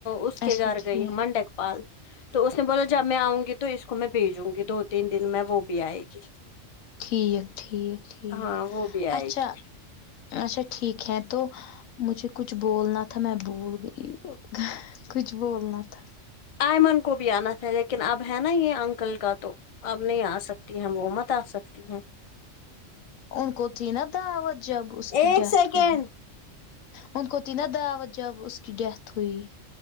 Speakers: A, on the left; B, on the left.
A: اس
B: اچھا
A: کے گھر
B: ٹھیک
A: گئی منڈک پال تو اس نے بولا جب میں آؤں گی تو اس کو میں بھیجوں گی دو تین دن میں وہ بھی آئے گی
B: ٹھیک ٹھیک ٹھیک
A: ہاں وہ بھی آئے
B: اچھا
A: گی
B: اچھا ٹھیک ہے تو مجھے کچھ بولنا تھا میں بھول گئی کچھ بولنا تھا
A: ایئمن کو بھی آنا تھا لیکن اب ہے نا یہ انکل کا تو اب نہیں آ سکتی ہم وہ مت آ سکتی ہیں
B: ان کو تھی نا دعوت جب اس کی
A: ایک
B: ڈیتھ
A: سیکنڈ
B: ہوئی ون کوتھی نا دعوت جب اس کی ڈیت ہوئی